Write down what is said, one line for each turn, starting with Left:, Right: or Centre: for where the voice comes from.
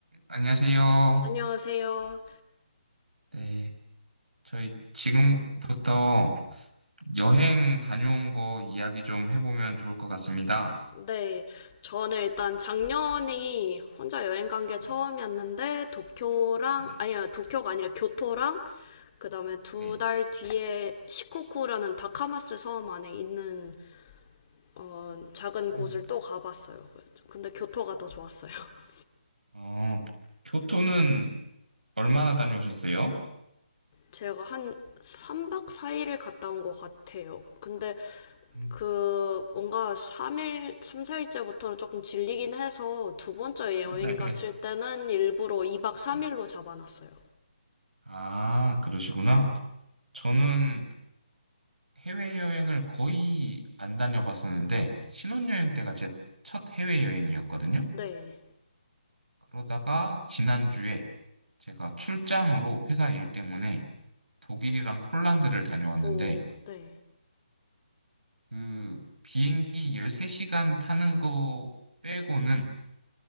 Right: 안녕하세요.
Left: 안녕하세요.
Right: 네. 저희 지금부터 여행 다녀온 거 이야기 좀 해보면 좋을 것 같습니다.
Left: 네, 저는 일단 작년이 혼자 여행 간 게
Right: 네.
Left: 처음이었는데 도쿄랑
Right: 네.
Left: 아니요 도쿄가 아니라 교토랑 그다음에 두
Right: 네.
Left: 달 뒤에 시코쿠라는 다카마스 섬 안에 있는 어, 작은 곳을
Right: 음.
Left: 또 가봤어요. 그래서- 근데 교토가 더 좋았어요. <laughs>
Right: 어, 교토는 얼마나 다녀오셨어요?
Left: 제가 한 3박 4일을 갔다 온 것 같아요. 근데
Right: 한
Left: 그
Right: 번.
Left: 뭔가 3일, 3, 4일째부터는 조금 질리긴 해서 두 번째
Right: <laughs>
Left: 여행 갔을 때는 일부러 2박 3일로
Right: 네.
Left: 잡아놨어요.
Right: 아, 그러시구나. 저는 해외여행을 거의 안 다녀봤었는데, 신혼여행 때가 제 첫 해외여행이었거든요.
Left: 네.
Right: 그러다가 지난주에 제가 출장으로 회사 일 때문에 독일이랑 폴란드를 다녀왔는데
Left: 오, 네.
Right: 그 비행기 13시간 타는 거 빼고는